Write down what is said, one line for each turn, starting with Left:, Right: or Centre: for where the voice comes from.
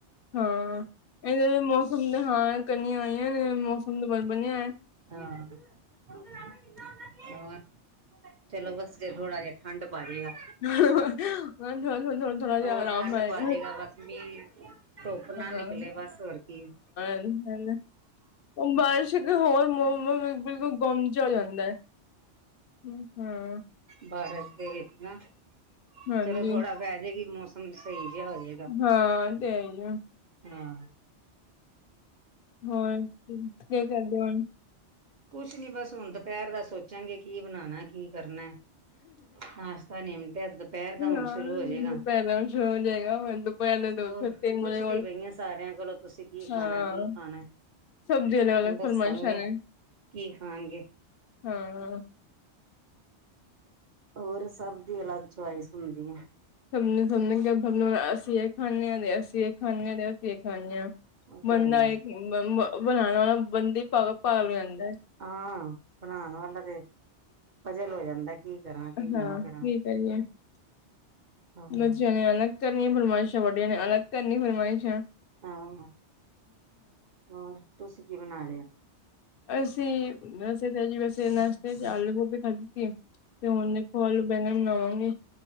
Left: ਹਾਂ ਇਹਦੇ ਮੌਸਮ ਤੇ ਹਾਂ ਕਣੀਆ ਆਈਆ ਨੇ ਮੌਸਮ ਬ ਬਣਿਆ ਹੋਯਾ।
Right: ਹਾਂ <inaudible>
Left: <unintelligible>
Right: ਹੋਰ ਚਲੋ ਬਸ ਜੇ ਥੋੜਾ ਜਿਹਾ ਠੰਢ ਪਾਜੇਗਾ।
Left: ਥੋੜਾ-ਥੋੜਾ-ਥੋੜਾ-ਥੋੜਾ ਜਿਹਾ
Right: ਹੋਰ
Left: ਆਰਾਮ
Right: ਠੰਡ
Left: ਆਏ-
Right: ਪਾ ਜਾਏਗਾ ਬਸ ਮੀਂਹ ਧੁੱਪ ਨਾ ਨਿਕਲੇ
Left: ਹਾਂ
Right: ਬਸ ਹੋਰ ਕੀ ਹੈ
Left: <inaudible> ਉਹ ਬਾਰਿਸ਼ ਅੱਗੇ ਹੋਰ ਮੌਸਮ ਬਿਲਕੁਲ ਗੁੰਮ ਜਾ ਹੋ ਜਾਂਦਾ। ਹੂੰ।
Right: ਬਾਰਸ਼ ਦੇ ਵਿੱਚ ਨਾ
Left: ਹਾਂਜੀ
Right: ਚਲੋ ਥੋੜਾ ਪਹਿ ਜੇਗੀ ਮੌਸਮ ਸਹੀ- ਜਿਹਾ ਹੋ ਜਾਏਗਾ
Left: ਹਾਂ ਇਹ ਤੇ ਹੈ ਹੀ ਹੈ।
Right: ਹਾਂ-
Left: ਹੋਰ ਕੀ ਕਰਦੇ ਹੁਣ?
Right: ਕੁਛ ਨੀ ਬਸ ਹੁਣ ਦੁਪਹਿਰ ਦਾ ਸੋਚਾਂਗੇ ਕੀ ਬਣਾਉਣਾ ਕੀ ਕਰਨਾ। ਨਾਸ਼ਤਾ ਨਿਮਟਿਆ ਦੁਪਹਿਰ ਦਾ
Left: ਹਾਂ
Right: ਹੁਣ ਸ਼ੁਰੂ ਹੋ ਜਾਏਗਾ
Left: ਪਹਿਲਾਂ ਸ਼ੁਰੂ ਹੋ ਜਾਏਗਾ ਤਿੰਨ
Right: ਹੋਰ ਪੁੱਛਦੀ
Left: ਵਜੇ ਕੋਲ
Right: ਪਈ ਆ ਸਾਰਿਆਂ ਕੋਲੋਂ ਤੁਸੀਂ ਕੀ ਖਾਣਾ
Left: ਹਾਂ,
Right: ਕੀ ਖਾਣਾ
Left: ਸਬ ਦੀ ਅਲਗ-ਅਲਗ
Right: ਹੁਣ ਦੱਸਣਗੇ
Left: ਫਰਮਾਇਸ਼ਾ ਨੇ
Right: ਕੀ ਖਾਣਗੇ
Left: ਹਾਂ,
Right: ਹੋਰ ਸਭ ਦੀ ਅਲੱਗ ਚੁਆਇਸ ਹੁੰਦੀ ਐ।
Left: ਸਮਣੇ ਸਮਣੇ ਅਸੀਂ ਇਹ ਖਾਂਣੇ ਹਾਂ ਦੇ ਅਸੀਂ ਇਹ ਖਾਂਣੇ ਹਾ ਤੇ ਅਸੀਂ ਇਹ ਖਾਂਣੇ ਹਾਂ
Right: ਉਹ
Left: ਬੰਦਾ
Right: ਤੇ ਹੈ ਹੀ
Left: ਇਹ
Right: ਹੈ
Left: ਬਣਾਣਾ ਵਾਲਾ ਬੰਦੇ ਪਾਗ ਪਾਗਲ ਹੋ ਜਾਂਦਾ ਹੈ।
Right: ਹਾਂ ਬਣਾਣ ਵਾਲਾ ਤੇ ਪਜਲ ਹੋ ਜਾਂਦਾ ਕੀ- ਕਰਾਂ ਕੀ ਨਾ
Left: ਹਾਂ ਕੀ
Right: ਕਰਾਂ
Left: ਕਰੀਏ
Right: ਹਾਂ
Left: ਬਚਿਆਂ ਨੇ ਅਲਗ ਕਰ ਫੁਲਮਈਸ਼ ਵਡੇਆ ਨੇ ਅਲਗ ਕਰੀ ਫੁਰਮਾਇਸ਼ਾਂ
Right: ਹਾਂ ਹੋਰ ਤੁਸੀਂ ਕੀ ਬਣਾ ਲਿਆ?
Left: ਅਸੀਂ ਵੈਸੇ ਤਾਂ ਜੀ ਵੈਸੇਸਤੇ ਆਲੂ ਗੋਭੀ ਖਾਧੀ ਤੇ ਹੁਣ ਦੇਖੋ ਆਲੂ ਬੈਗਣ ਬਨਾਵਾਂਗੇ।